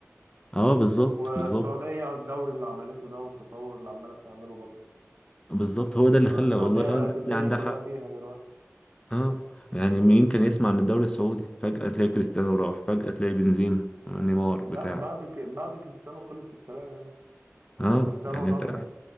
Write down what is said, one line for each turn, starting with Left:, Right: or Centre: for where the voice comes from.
Left: اه بالظبط
Right: والسعودية
Left: بالظبط
Right: على الدوري اللي عملته ده والتطور اللي عمالة بتعمله برضه
Left: بالظبط هو ده اللي
Right: إن
Left: خلى
Right: السعودية
Left: والله
Right: بقت
Left: الناس
Right: الدنيا
Left: دي عندها
Right: كلها
Left: حق
Right: فيها دلوقتي
Left: اه يعني مين كان يسمع عن الدوري السعودي فجأة تلاقي كريستيانو راح فجأة تلاقي بنزيما نيمار بتاع
Right: لا بعد ك... بعد كريستيانو خلص الكلام يعني
Left: اه
Right: ده كريستيانو
Left: يعني
Right: رونالدو
Left: انت